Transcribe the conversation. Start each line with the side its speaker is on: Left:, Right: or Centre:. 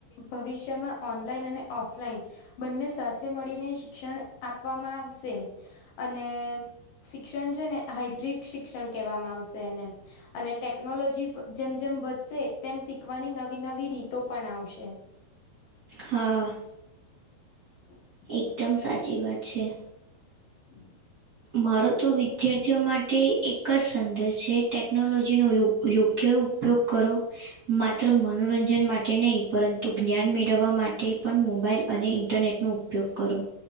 Left: ભવિષ્યમાં ઓનલાઈન અને ઓફલાઈન બંને સાથે મળીને શિક્ષણ આપવામાં આવશે. અને શિક્ષણ છે ને હાઈબ્રિડ શિક્ષણ કહેવામાં આવશે એને. અને ટેકનોલોજી જેમ-જેમ વધશે તેમ શીખવાની નવી-નવી રીતો પણ આવશે.
Right: હા.
Left: <inaudible>
Right: એકદમ સાચી વાત છે.
Left: <inaudible>
Right: મારો તો વિદ્યાર્થી ઓ માટે એક જ સંદેશ છે, ટેકનોલોજી નો યોગ યોગ્ય ઉપયોગ કરો. માત્ર મનોરંજન માટે નહીં, પરંતુ જ્ઞાન મેળવવા માટે પણ મોબાઈલ અને ઇન્ટરનેટ નું ઉપયોગ કરો.